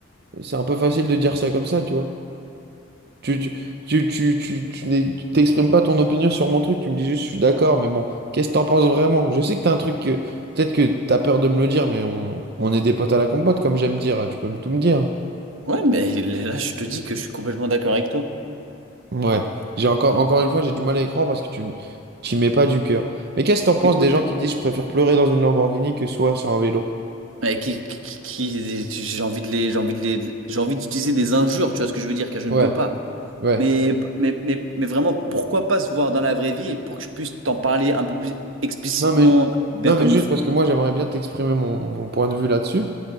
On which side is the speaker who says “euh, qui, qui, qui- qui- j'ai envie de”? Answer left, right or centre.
Right